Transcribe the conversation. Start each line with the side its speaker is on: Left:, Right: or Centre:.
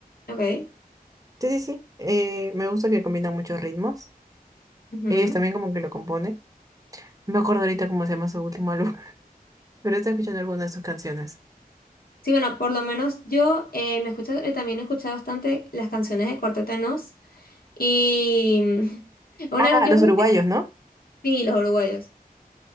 Left: Ok.
Right: Sí, sí, sí. Eh, me gusta que combina muchos ritmos.
Left: ujú.
Right: Ellos también como que lo componen. No me acuerdo ahorita cómo se llama su último álbum, <laughs> pero estoy escuchando algunas de sus canciones.
Left: Sí, bueno, por lo menos yo eh, me escucho, eh, también he escuchado bastante las canciones de Cuarteto de Nos. Y mm, una,
Right: Ah,
Left: yo
Right: los
Left: creo
Right: uruguayos,
Left: que
Right: ¿no?
Left: sí, los uruguayos.